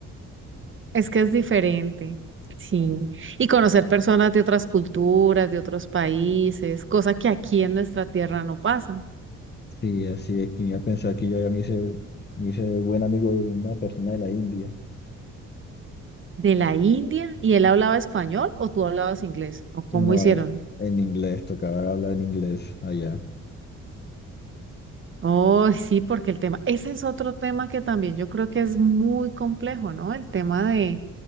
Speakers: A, on the right; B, on the left.
A: es que es diferente, sí. Y conocer personas de otras culturas, de otros países, cosa que aquí en nuestra tierra no pasa.
B: Sí, así es, quería pensar que yo ya me hice, me hice buen amigo de una persona de la India.
A: ¿De la India? ¿Y él hablaba español o tú hablabas inglés? ¿O cómo
B: No,
A: hicieron?
B: eh, en inglés, tocaba hablar en inglés allá.
A: Oh, sí, porque el tema, ese es otro tema que también yo creo que es muy complejo, ¿no? El tema de